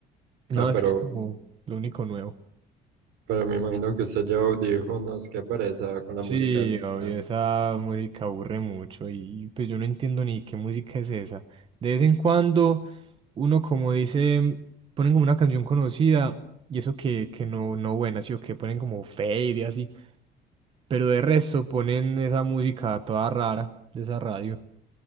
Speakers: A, on the right; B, on the right.
A: No,
B: Ah,
A: eso
B: pero
A: es como
B: bueno.
A: lo único nuevo.
B: Pero me imagino que usted lleva audífonos, qué pereza con la
A: Sí,
B: música del gimnasio.
A: obvio, esa música aburre mucho y pues yo no entiendo ni qué música es esa. De vez en cuando uno como dice, ponen como una canción conocida y eso que, que no, no buena, sí o que ponen como fade y así, pero de resto ponen esa música toda rara de esa radio.